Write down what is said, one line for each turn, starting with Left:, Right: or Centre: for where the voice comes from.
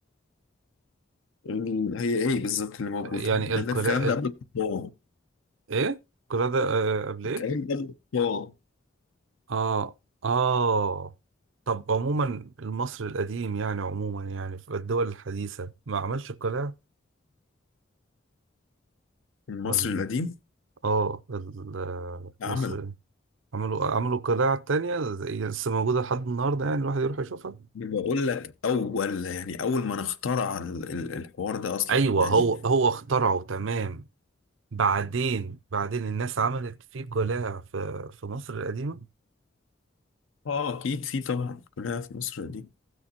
Left: ال- هي إيه بالظبط اللي موجودة
Right: يعني
Left: ده,
Right: القلاع
Left: ده الكلام ده
Right: ال...
Left: قبل الطباعة
Right: ايه القلاع ده آه، قبل
Left: الكلام
Right: ايه
Left: ده قبل الطباعة
Right: اه اه طب عموما مصر القديم يعني عموما يعني في الدول الحديثة ما عملش قلاع
Left: المصري
Right: ولا إيه؟
Left: القديم
Right: اه ال-
Left: عمل
Right: مصر عملوا عملوا قلاع تانية زي لسه موجودة لحد النهاردة يعني الواحد يروح يشوفها
Left: بقول لك أول يعني أول من اخترع ال- ال- الحوار ده أصلا
Right: ايوه
Left: يعني
Right: هو هو اخترعه تمام بعدين بعدين الناس عملت فيه قلاع في في مصر القديمة
Left: اه اكيد في طبعا كلها في مصر دي